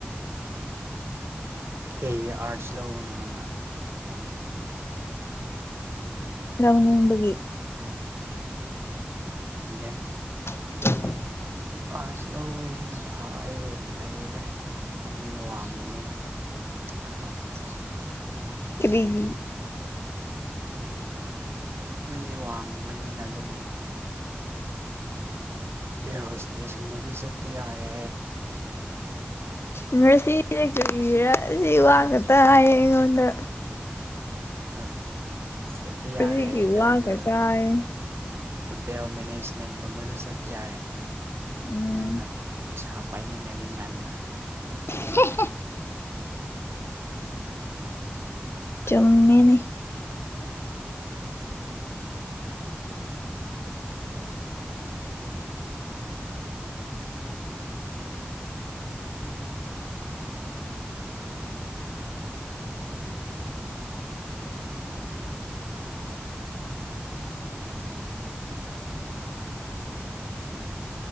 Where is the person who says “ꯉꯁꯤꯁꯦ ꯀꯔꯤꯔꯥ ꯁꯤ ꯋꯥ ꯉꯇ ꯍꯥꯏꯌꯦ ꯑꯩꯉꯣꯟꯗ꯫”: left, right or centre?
Left